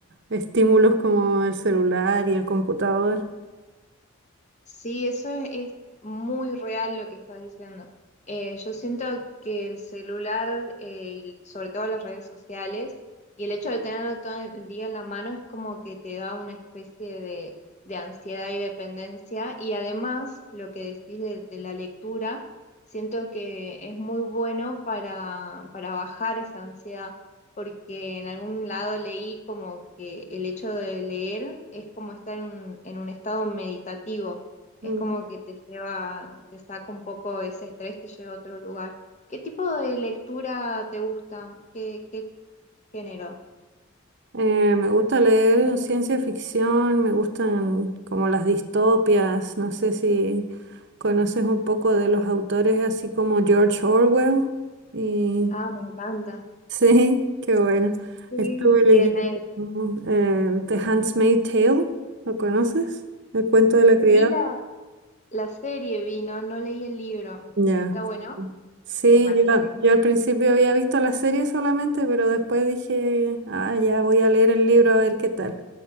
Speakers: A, on the right (about 60°); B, on the left (about 35°).
A: estímulos como el celular y el computador.
B: Sí, eso es, es muy real lo que estás diciendo. Eh, yo siento que el celular eh, y sobre todo las redes sociales y el hecho de tenerlo todo el día en la mano es como que te da una especie de, de ansiedad y dependencia. Y además, lo que decís de, de la lectura, siento que es muy bueno para, para bajar esa ansiedad, porque en algún lado leí como que el hecho de leer es como estar en un en un estado meditativo
A: Mm.
B: es como que te lleva, te saca un poco ese estrés, te lleva a otro lugar. ¿Qué tipo de lectura te gusta? ¿Qué, qué género?
A: Eh, me gusta leer ciencia ficción, me gustan como las distopias, no sé si conoces un poco de los autores así como George Orwell. Y
B: Ah, me encanta.
A: <laughs> sí, qué bueno.
B: Sí,
A: Estuve leyendo
B: en el-
A: eh, The Handmaid's Tale, ¿lo conoces? El cuento de la criada.
B: vi la, la serie, vi, no, no leí el libro.
A: Ya.
B: ¿Está bueno?
A: Sí,
B: Imagino
A: yo,
B: que.
A: yo al principio había visto la serie solamente, pero después dije, ah, ya voy a leer el libro a ver qué tal.